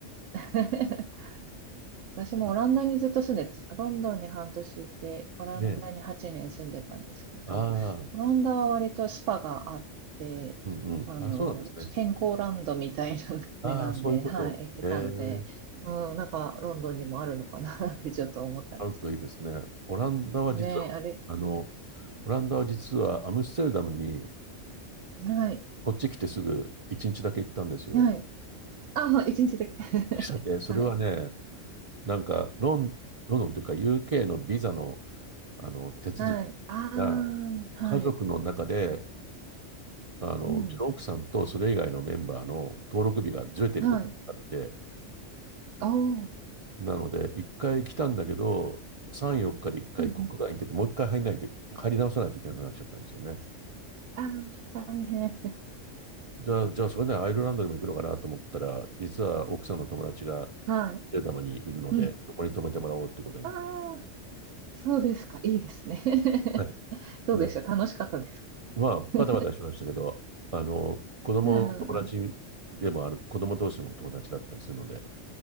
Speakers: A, on the right; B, on the right.
A: <laughs> 私もオランダにずっと住んでたし、
B: あ
A: ロンドンに半年いて、オランダに8年住んでたんですけど、
B: ねえ。ああ、
A: オランダは割とスパがあって、
B: うんうん。
A: あの、
B: あ、そうなんですね。
A: 健康ランドみたいな <laughs>
B: ああ、
A: 値段で、
B: そういうこと。
A: <laughs> はい、行けたので、
B: ええ
A: うん、なんかロンドンにもあるのかな <laughs> ってちょっと思ったんです。
B: あるといいですね。オランダは実は、
A: ねえ、あれ、
B: あの、
A: うん、
B: オランダは実はアムステルダムに
A: はい、
B: こっち来てすぐ1日だけ行ったんですよ。
A: はい。あ、そう一日だけ。<laughs>
B: <laughs> で、それはね、
A: はい、
B: なんかロン、ロンドンというか UK のビザの、あの手続き
A: はい。ああ、
B: が
A: はい、
B: 家族の中で、あの、
A: うん、
B: うちの奥さんとそれ以外のメンバーの登録日がずれていることがあって、
A: はい。おー、
B: なので1回来たんだけど、3、4日で1回国外に出て、
A: うん、うん。
B: もう1回入んないといけ、入り直さないといけなくなっちゃったんですよね。
A: ああ、大変。
B: じゃあ、じゃあそれでアイルランドにも行くのかなと思ったら、実は奥さんの友達が
A: は
B: データムにいるので、
A: い。うん
B: そこに泊めてもらおうってことになる。
A: ああ、そうですか。いいですね。<laughs>
B: はい。
A: どうでしょう。
B: ね、
A: 楽しかったですか
B: まあ、
A: <laughs>
B: バタバタしましたけど、あの、子供の友達でもある、
A: うんうんうん。
B: 子供同士の友達だったりするので、